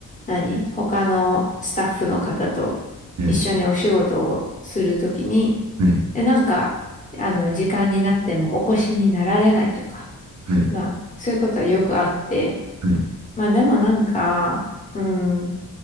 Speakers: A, on the left; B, on the right.
A: 何他のスタッフの方と
B: はい。
A: 一緒にお仕事をするときに、
B: はい。
A: え、なんか、あの、時間になってもお越しになられないとか、
B: はい。
A: まあ、そういうことはよくあって、
B: はい
A: まあでもなんか、うん、